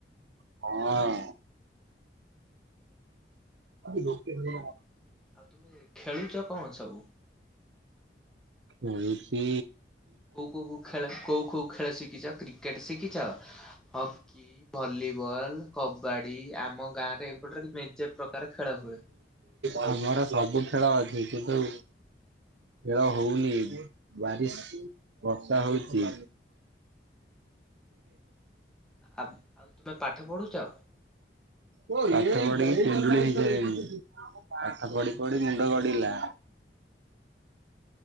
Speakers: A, on the right; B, in the centre.
A: ହଁ। ଆଜି <unintelligible>
B: ଆଉ ତୁମେ ଖେଳୁଚ କଁ ସବୁ?
A: ଖେଳୁଚି
B: କୋଉ କୋଉ କୋଉ ଖେଳ କୋଉ କୋଉ ଖେଳ ଶିଖିଚ କ୍ରିକେଟ୍ ଶିଖିଚ? ହକି ଭଲିବଲ୍ କବାଡ଼ି ଆମ ଗାଁରେ ଏପଟରେ ମେଞ୍ଚେ ପ୍ରକାର ଖେଳ ହୁଏ।
A: ଆମର ସବୁ ଖେଳ ଅଛି କିନ୍ତୁ ଖେଳ ହଉନି ବାରିଶ୍ ବର୍ଷା ହଉଚି
B: ଆପ୍ ଆଉ ତୁମେ ପାଠ ପଢୁଚ?
A: ପାଠ ପଢିକି <unintelligible> ହେଇ ସାରିଲିଣି। ପାଠ ପଢି ପଢି ମୁଣ୍ଡ ଗଡ଼ିଲା।